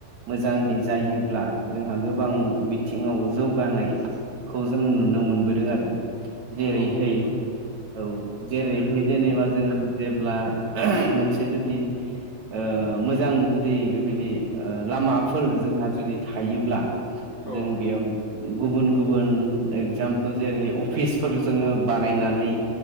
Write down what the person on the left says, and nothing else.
औ नोंथां औ
औ